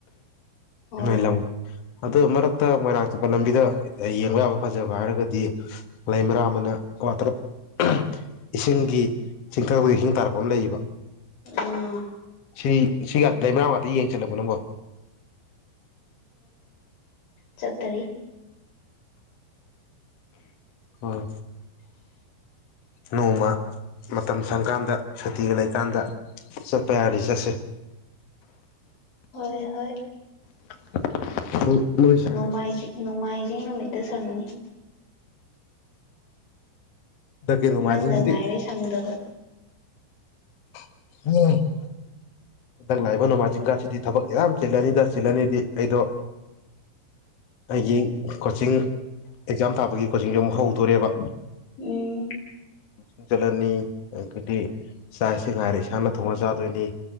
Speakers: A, on the left; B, on the left.
A: ꯍꯣꯏ
B: ꯅꯣꯢ ꯂꯝ ꯑꯗꯨ ꯃꯔꯛꯇ ꯃꯣꯏꯔꯥꯡ ꯆꯠꯄ ꯂꯝꯕꯤꯗ ꯌꯦꯡꯕ ꯌꯥꯕ ꯐꯖꯕ ꯍꯥꯏꯔꯒꯗꯤ ꯂꯩꯃꯔꯥꯝꯑꯅ ꯋꯥꯇ꯭ꯔ ꯑ ꯏꯁꯤꯡꯒꯤ ꯆꯤꯡꯊꯪ ꯈꯣꯢ ꯏꯁꯤꯡ ꯇꯥꯔꯛꯄ ꯑꯃ ꯂꯩꯌꯦꯕ
A: ꯑꯥ
B: ꯁꯤ ꯁꯤꯒ ꯂꯩꯃꯔꯥ ꯉꯥꯛꯇ ꯌꯦꯡ ꯆꯠꯂꯕꯣ ꯅꯪꯕꯣ
A: ꯆꯠꯇꯥꯔꯤ
B: ꯎꯝ ꯑꯣ ꯅꯣꯡꯃ ꯃꯇꯝ ꯁꯪꯀꯥꯟꯗ ꯁꯨꯇꯤꯒ ꯂꯩꯀꯥꯟꯗ ꯆꯠꯄ ꯌꯥꯔꯗꯤ ꯆꯠꯁꯦ
A: ꯍꯣꯏ ꯍꯣꯏ
B: <unintelligible>
A: ꯅꯣꯡꯃꯥꯏꯖꯤꯡ
B: ꯑꯃꯨꯛ
A: ꯅꯣꯡꯃꯥꯏꯖꯤꯡ ꯅꯨꯃꯤꯠ ꯗ ꯁꯪꯅꯤ
B: ꯍꯟꯗꯛꯀꯤ ꯅꯣꯡꯃꯥꯏꯖꯤꯡꯁꯤꯗꯤ
A: ꯅꯪꯗ ꯉꯥꯏꯔꯦ ꯁꯪꯗꯕ
B: <unintelligible> ꯍꯟꯗꯛ ꯂꯥꯛꯏꯕ ꯅꯣꯡꯃꯥꯏꯖꯤꯡꯒꯁꯤꯗꯤ ꯊꯕꯛ ꯌꯥꯝ ꯆꯤꯜꯂꯅꯤꯗ ꯆꯤꯜꯂꯅꯤꯗꯤ ꯑꯩꯗꯣ ꯑꯩꯒꯤ ꯀꯣꯆꯤꯡ ꯑꯦꯛꯖꯥꯝ ꯊꯥꯕꯒꯤ ꯀꯣꯆꯤꯡꯁꯨ ꯑꯃꯨꯛ ꯍꯧꯗꯣꯔꯦꯕ
A: ꯎꯝ
B: ꯀꯣꯆꯤꯡ ꯆꯠꯂꯅꯤ ꯑꯗꯨꯗꯤ ꯆꯥꯛ ꯏꯁꯤꯡ ꯍꯥꯏꯔꯦ ꯏꯁꯥꯅ ꯊꯣꯡꯉꯥ ꯆꯥꯗꯣꯏꯅꯤ